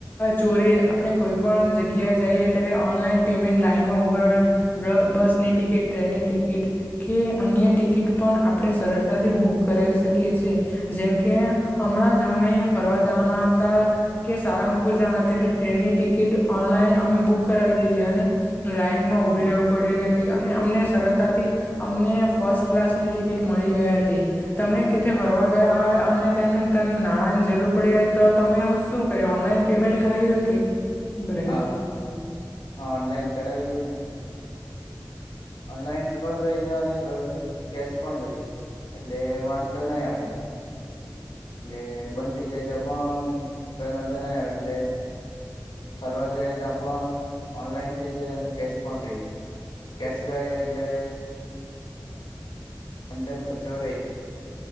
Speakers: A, on the left; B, on the left.
A: ચોરી આપણે કોઈ પણ જગ્યા જઈએ ત્યારે ઓ ઓનલાઇન પેમેન્ટ લાઇનમાં ઉભુ રે <unintelligible> બસની ટિકિટ ટ્રેનની ટિકિટ કે અન્ય ટિકિટ ટિકિટ પણ આપણે સરળતાથી બુક કરાવી શકીએ છેએ જેમકે હમણાં જ અમે ફરવા જવાના હતા. કે સારંગપુર જના અત્યારે ટ્રેનની ટિકિટ ઓનલાઈન અમે બુક કરાવી દીધી અને લાઈનમાં ઉભી રહું પડ્યું અને અમને સરળતાથી અમને ફર્સ્ટ ક્લાસની ટિકિટ મળી ગઈ હતી. તમે કેથી ફરવા ગયા હોય અને તેમને તને નાણાં ની જરૂર પડી હોય તો તમે હુ શું કરયુ ઓનલાઈન પેમેન્ટ કરાવ્યું કે કરાવ્યું
B: હા હ હા ઓનલાઈન કરાવ્યું ને ઓનલાઈન પણ રહીને અને કેશ પણ <unintelligible> એટલે વાંધો <unintelligible> આવે. એટલે બંધ થઈ જાય તો પણ કઈ વાંધો ના આવે એટલે ફરવા જાય તોય પણ ઓનલાઈન થઇ જાય અને કેશ પણ રહી એમ. કેસ રહે એટલે એમ તેમ ખર્ચો રે